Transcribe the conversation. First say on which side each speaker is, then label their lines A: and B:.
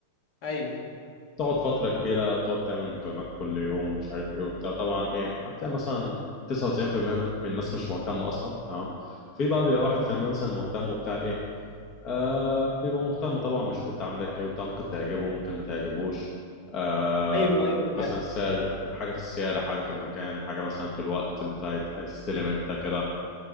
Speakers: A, on the left; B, on the left.
A: ايوه
B: تقعد فتره كبيره تقعد تعمل مكالمات كل يوم ومش عارف ايه وبتاع طبعا ايه هتلاقي مثلا 99% من من الناس مش مهتمه اصلا تمام في بقى بيبقى 1% مثلا مهتم وبتاع ايه آه بيبقى مهتم طبعا بيشوف انت عندك ايه وبتاع ممكن تعجبه ممكن ما تعجبهوش آه
A: ايوه ايوه فاهم
B: مثلا السعر حاجه في السعر حاجه في المكان حاجه مثلا في الوقت اللي انت هيت- هتستلم انت كده